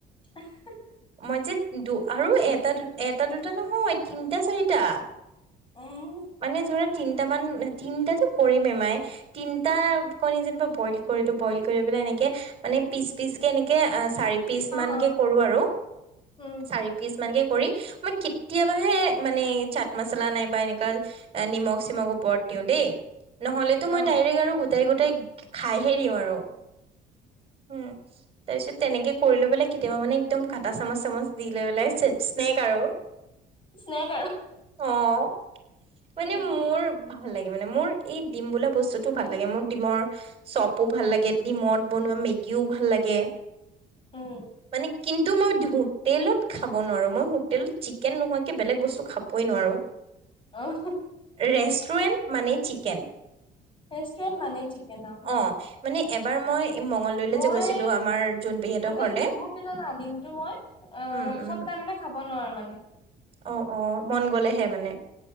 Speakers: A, on the left (about 30°); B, on the right (about 35°).
A: আহাহা
B: মই যে দু আৰু এটা-এটা, দুটা নহয় তিনটা, চাৰিটা।
A: উম
B: মানে ধৰা তিনটা মান, তিনটাতো কৰিমে মায়ে। তিনটা কণী যেনিবা বইল কৰিলো, বইল কৰি পেলাই এনেকে। মানে পিচ-পিচ কে এনেকে চাৰি পিচ
A: অ',
B: মান
A: অ',
B: কে কৰো আৰু,
A: উম,
B: চাৰি পিচ মান কে। কৰি, মই কেতিয়াবাহে মানে চাট মচলা নাইবা এনেকুৱা নিমখ-চিমখ ওপৰত দিওঁ দেই, নহলেতো
A: অ'।
B: মই ডাইৰেক্ট আৰু গোটাই-গোটাই খাইহে দিওঁ আৰু, হম তাৰপিছত তেনেকে কৰি লৈ পেলাই কেতিয়াবা মানে একদম, কাটা চামুচ-চামুচ দি লৈ পেলাই, স্নেক আৰু।
A: স্নেক আৰু।
B: অহ মানে
A: উম,
B: মোৰ ভাল লাগে, মানে মোৰ এই ডিম বোলা বস্তুটো ভাল লাগে। মোৰ ডিমৰ চপো ভাল লাগে। ডিমত বনোৱা মেগিও ভাল লাগে।
A: উম,
B: মানে কিন্তু মই ধুত হোটেলত খাব নোৱাৰো, মই হোটেলত চিকেন নোহোৱাকে বেলেগ বস্তু খাবই নোৱাৰো।
A: অ হ
B: ৰেষ্টুৰেণ্ট মানে চিকেন।
A: ৰেষ্টুৰেণ্ট মানেই চিকেন আৰু।
B: অ মানে এবাৰ মই মংগলদৈলৈ
A: মই
B: যে গৈছিলো আমাৰ জোনপেহীহঁতৰ
A: মানে
B: ঘৰলে
A: ডিমো কি জানা, ডিমটো মই অ,
B: উম উম
A: চব টাইমতে খাব নোৱাৰো মানে
B: অ অ মন গ'লেহে মানে